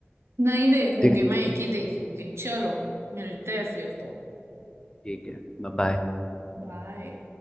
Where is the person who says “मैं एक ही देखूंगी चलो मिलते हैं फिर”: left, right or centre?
Right